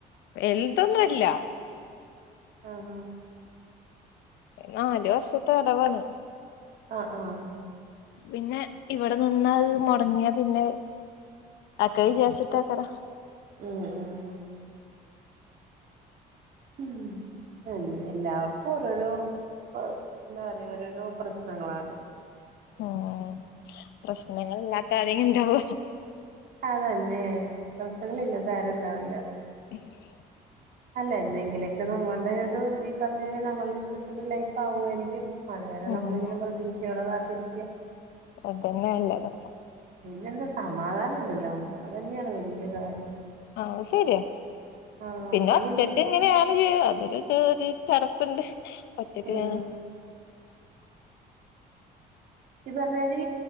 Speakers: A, on the left (about 80°); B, on the right (about 60°).
A: വെൽതൊന്നുല്ല
B: ആഹ
A: ഈ നാല് വർഷത്തെ അടവാണ്
B: ആഹ് ആഹ്
A: പിന്നെ ഇവടെ നിന്നാ മൊടങ്ങ്യാ പിന്നെ ആക്ക വിജാര്ച്ചിട്ടാക്കാര
B: ഉം ഉം ഉം എൻ എല്ലാർക്കു ഓരോരോ ഇപ്പ എന്താ പറയാ ഓരോരോ പ്രശ്നങ്ങളാണ്
A: ഉം പ്രശ്നങ്ങളില്ലാത്ത ആരേങ്കിണ്ടാവോ
B: അതന്നെ പ്രേശ്നങ്ങളില്ലാത്ത ആരുണ്ടാവില്ല
A: ഉം <inaudible>
B: അല്ല എന്നെങ്കിലൊക്കെ നമ്മൾടേതും ഈ പർഞ്ഞ നമ്മൾടെഷ്ടത്തിന് ലൈഫ് ആവ്വ്വാരിക്കും അട് വരെ
A: ഉം
B: നമ്മളിങ്ങനെ പ്രതീക്ഷയോടെ കാത്തിരിക്യാ
A: അതെന്നെ അല്ലാതപ്പം
B: പിന്നെന്താ സമാധാനണ്ടല്ലോ അതെന്ന്യാണ് വെല്ല്യെ കാര്യം
A: ആ ശരിയാ
B: ആ
A: പിന്നെ
B: അതില്ലെങ്കി
A: ഒറ്റക്കിങ്ങനെ ആണ് ഒര് അതൊരു ക്ക ഒര് ചടപ്പിണ്ട് ഒറ്റക്കിങ്ങനെ
B: ഉം ഈ പർഞ്ഞാരീ